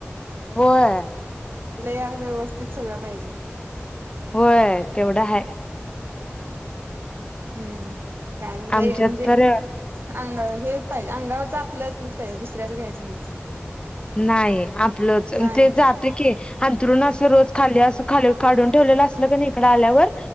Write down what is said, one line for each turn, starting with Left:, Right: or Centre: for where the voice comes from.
Left: होय
Right: आप व्यवस्थित सगळं पाहिजे
Left: होय तेवढं ह
Right: हम्म कान ल
Left: आमच्यात
Right: म्हणजे
Left: तर
Right: अंग हेच पाहिजे अंगावरच आपलंतच पाहिजे दुसऱ्याच घ्यायचं नाही
Left: नाही आपलंच
Right: नाही
Left: ते जात की अंतरण अस रोज खाली अस खाली काढून ठेवलेलं असलं का नाही इकडं आल्यावर